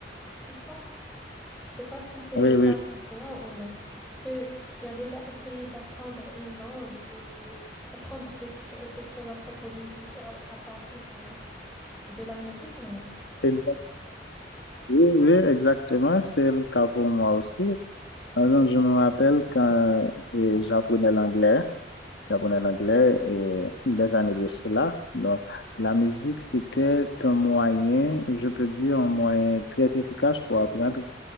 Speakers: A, in the centre; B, on the left.
A: Tu comprends? Je sais pas si c'est
B: Oui,
A: le cas
B: oui.
A: pour toi ou non. Est-ce que tu as déjà essayé d'apprendre une langue ou d'apprendre quelque, cho- quelque chose à propos d'une culture à, à partir euh, de la musique ou non?
B: Exact- Oui, oui, exactement. C'est le cas pour moi aussi. Alors, je me rappelle quand euh, j'apprenais l'anglais. j'apprenais l'anglais et des années de cela. Donc, la musique, c'était un moyen, je peux dire, un moyen très efficace pour apprendre